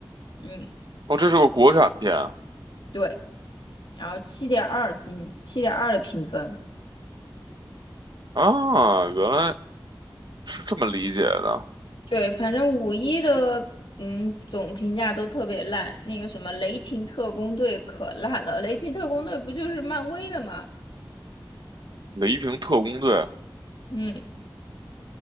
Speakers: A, on the left; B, on the right.
A: 嗯，
B: 哦，这是个国产片啊，
A: 对，然后七点二进七点二的评分。
B: 啊原来是这么理解的。
A: 对，反正五一的嗯总评价都特别烂，那个什么雷霆特工队可烂了，雷霆特工队不就是漫威的嘛？
B: 雷霆特工队，
A: 嗯，